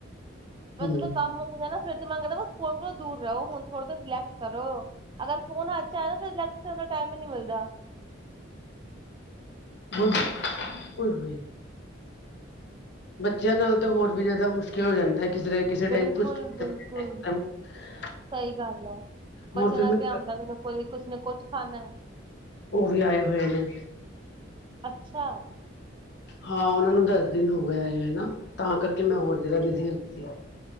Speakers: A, on the right; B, on the left.
A: ਪਰ
B: ਹਮ
A: ਜਦੋ ਕੰਮ ਮੁੱਕਦਾ ਨਾ ਫਿਰ ਤੇ ਮੰਗਦਾ ਵ ਹੁਣ ਥੋੜਾ ਦੂਰ ਰਹੋ। ਹੁਣ ਥੋੜਾ ਦੇਰ ਰਿਲੈਕਸ ਕਰੋ। ਅਗਰ ਫੋਨ ਹੱਥ ਚ ਆ, ਤਾਂ ਫਿਰ ਰਿਲੈਕਸ ਦਾ ਟਾਈਮ ਹੀ ਨਹੀਂ ਮਿਲਦਾ।
B: ਉ ਉਏ ਹੋਏ ਬੱਚਿਆਂ ਨਾਲ ਤਾਂ ਹੋਰ ਵੀ ਜ਼ਿਆਦਾ ਮੁਸ਼ਕਿਲ ਹੋ ਜਾਂਦਾ ਹੈ, ਕਿਧਰੇ ਕਿਸੇ
A: ਬਿਲਕੁਲ
B: ਟਾਈਮ ਕੁਛ ਕਿਸੇ
A: ਬਿਲਕੁਲ
B: ਟਾਈਮ ਕੁਛ
A: ਸਹੀ ਗੱਲ ਹੈ। ਬੱਚਿਆਂ
B: ਹੋਰ ਫਿਰ
A: ਨਾਲ
B: ਮੈਂ
A: ਐਵੇ ਹੁੰਦਾ ਕੋਈ ਕੁਛ ਨਾ ਕੁਛ ਖਾਣਾ ਹੈ।
B: ਉਹ ਵੀ ਆਏ ਹੋਏ ਨੇ
A: ਅੱਛਾ।
B: ਹਾਂ ਉਹਨਾਂ ਨੂੰ ਦਸ ਦਿਨ ਹੋ ਗਏ ਆਏ ਹੋਏ ਨਾ, ਤਾਂ ਕਰਕੇ ਮੈਂ ਹੋਰ ਜਯਾਦਾ ਬਿਜੀ ਹੋ ਗਈ ਸੀ।